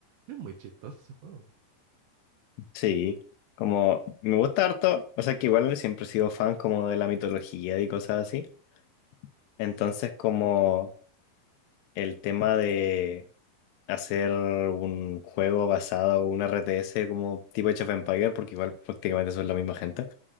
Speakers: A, on the right; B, on the left.
A: es muy chistoso ese juego.
B: Sí, como me gusta harto, o sea que igual siempre he sido fan como de la mitología y cosas así. Entonces como
A: Mm.
B: el tema de hacer un juego basado, un RTS como tipo Age of Empire, porque igual prácticamente son la misma gente.